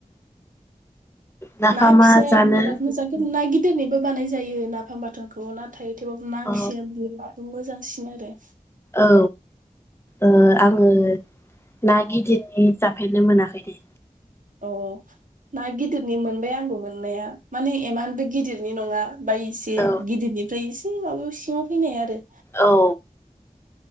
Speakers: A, on the left (about 20°); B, on the right (about 70°).
A: नाफामा
B: ना फिसाया
A: जानो
B: बिराद
A: औ
B: मोजां खिन्थु ना गिदिरनि बो बानाय जायो नाफाम बाथोनखौ ना थायो थेबाबो ना
A: औ
B: फिसिया बुहुद मोजांसिन आरो।
A: औ ओ आङो ना गिदिर इदि जाफेरनो मोनाखै दै।
B: औ, औ ना गिदिरनि मोन मोनबाय आंबो मोननाया माने एमानबो गिदिरनि नङा। बा एसे
A: औ
B: गिदिरनिफ्राय एसे ओइ माबायाव सिङाव फैनाय आरो
A: औ